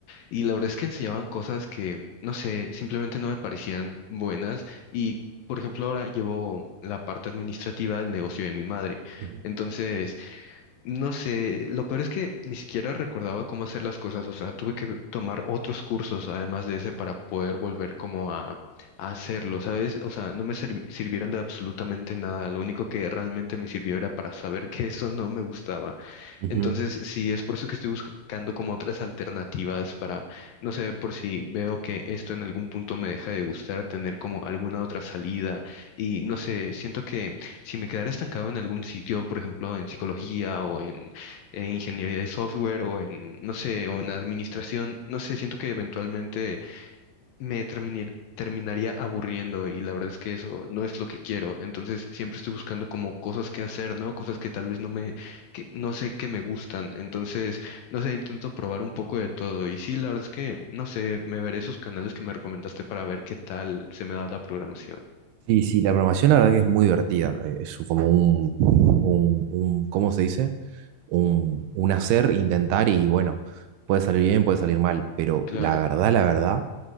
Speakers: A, on the left; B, on the right.
A: y la verdad es que enseñaban cosas que, no sé, simplemente no me parecían buenas. Y, por ejemplo, ahora llevo la parte administrativa del negocio de mi madre.
B: Ujú.
A: Entonces, no sé, lo peor es que ni siquiera recordaba cómo hacer las cosas, o sea, tuve que tomar otros cursos además de ese para poder volver como a, a hacerlo, ¿sabes? O sea, no me servi- sirvieron de absolutamente nada, lo único que realmente me sirvió era para saber que eso no me gustaba.
B: Ujú.
A: Entonces, sí, es por eso que estoy buscando como otras alternativas para, no sé, por si veo que esto en algún punto me deja de gustar, tener como alguna otra salida y no sé, siento que si me quedara estancado en algún sitio, por ejemplo, en psicología o en, eh, ingeniería de software o en, no sé, o en administración, no sé, siento que eventualmente me termine- terminaría aburriendo y la verdad es que eso no es lo que quiero. Entonces siempre estoy buscando como cosas que hacer, ¿no? Cosas que tal vez no me, que no sé que me gustan. Entonces, no sé, intento probar un poco de todo. Y sí, la verdad es que, no sé, me veré esos canales que me recomendaste para ver qué tal se me da la programación.
B: Sí, sí, la programación la verdad que es muy divertida. eh, Es como un, un, un- ¿cómo se dice? Un, un hacer, intentar y bueno, puede salir bien, puede salir mal, pero
A: Claro.
B: la verdad, la verdad